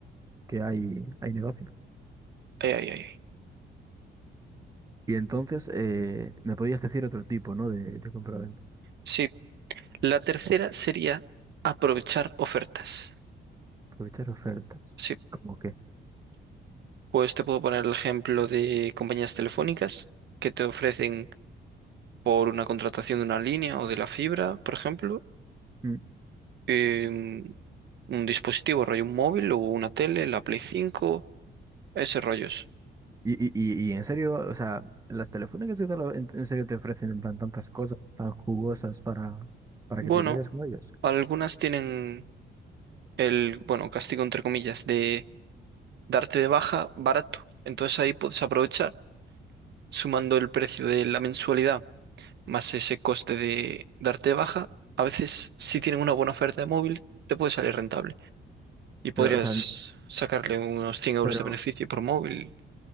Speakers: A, on the right; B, on the right.
A: que hay, hay negocio.
B: Ay, ay, ay, ay.
A: Y entonces eh, me podías decir otro tipo, ¿no? De, de compra
B: Sí, la tercera sería aprovechar ofertas.
A: Aprovechar ofertas.
B: Sí,
A: ¿Cómo qué?
B: Pues te puedo poner el ejemplo de compañías telefónicas que te ofrecen por una contratación de una línea o de la fibra, por ejemplo,
A: Mm.
B: em, un dispositivo, rollo un móvil o una tele, la Play 5, ese rollos.
A: Y, y, y, y en serio, o sea, las telefónicas y tal, en, en serio te ofrecen en plan tantas cosas tan jugosas para, para
B: Bueno,
A: que te vayas con ellos.
B: algunas tienen el, bueno, castigo entre comillas de darte de baja barato. Entonces ahí puedes aprovechar, sumando el precio de la mensualidad más ese coste de darte de baja, a veces si tienen una buena oferta de móvil, te puede salir rentable. y podrías
A: Pero, o sea, n-
B: sacarle unos 100 euros
A: pero,
B: de beneficio por móvil,